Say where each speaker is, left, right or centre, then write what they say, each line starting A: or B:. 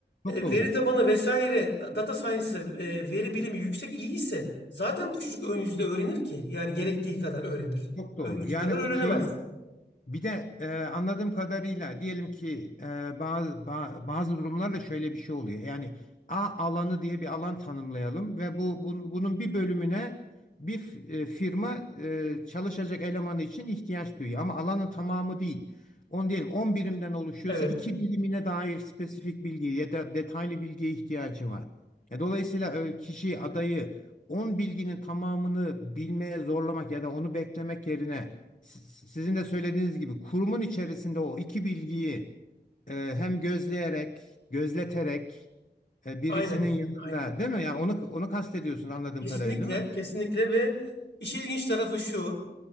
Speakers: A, on the left (about 85°); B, on the left (about 50°).
A: e,
B: Çok doğru.
A: veri tabanı vesaire, data science, e, veri bilimi yüksek iyi ise zaten bu çocuk ön yüzde öğrenir ki. Yani gerektiği kadar öğrenir.
B: Çok
A: Ön
B: doğru.
A: yüzde
B: Yani
A: kadar
B: o
A: öğrenemez.
B: şeyin bir de e, anladığım kadarıyla diyelim ki e, bazı ba- bazı durumlarda şöyle bir şey oluyor. Yani A alanı diye bir alan tanımlayalım ve bu bun- bunun bir bölümüne bir f- e, firma e, çalışacak elemanı için ihtiyaç duyuyor ama alanın tamamı değil. On diyelim 10 birimden oluşuyorsa
A: Evet.
B: iki birimine dair spesifik bilgi ya da detaylı bilgiye ihtiyacı var. E, dolayısıyla e, kişi adayı 10 bilginin tamamını bilmeye zorlamak ya da onu beklemek yerine si- si-, sizin de söylediğiniz gibi kurumun içerisinde o iki bilgiyi e, hem gözleyerek, gözleterek e, birisinin
A: Aynen.
B: yanında
A: Aynen.
B: değil mi? Yani onu onu kastediyorsun anladığım
A: Kesinlikle.
B: kadarıyla değil mi?
A: Kesinlikle ve işin ilginç tarafı şu.